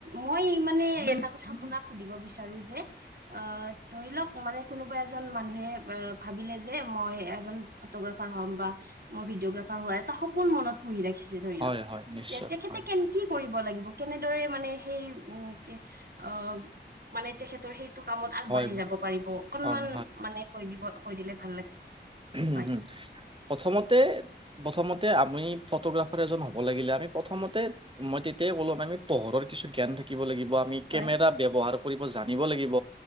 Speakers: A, on the right (about 55°); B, on the right (about 30°).
A: মই মানে এটা কথা আপোনাক সুধিব বিচাৰো যে অ ধৰি লওক মানে কোনোবা এজন মানুহে অ ভাবিলে যে মই এজন ফটোগ্ৰাফাৰ। হম বা। মই ভিডিঅগ্ৰাফাৰ হোৱাৰ এটা সপোন মনত পুহি ৰাখিছে ধৰি
B: হয়,
A: লওক
B: হয় নিশ্চয়।
A: যে তেখেতে
B: হয়,
A: কেন কি। কৰিব লাগিব কেনেদৰে মানে সেই উ কি অ মানে তেখেতৰ সেই। কোনটো কামত আগবাঢ়ি
B: হয়,
A: যাব পাৰিব অকনমান
B: হয়,
A: মানে কৈ দিব কৈ দিলে ভাল লাগে।
B: উম
A: হয়
B: হুম প্ৰথমতে। প্ৰথমতে আমি ফটোগ্ৰাফাৰ এজন হ'ব লাগিলে আমি প্ৰথমতে মই তেতিয়াই ক'ম আমি। পোহৰৰ কিছু জ্ঞীয়ান থাকিব লাগিব। বা আমি কেমেৰা
A: হয়
B: ব্যৱহাৰ কৰিব জানিব লাগিব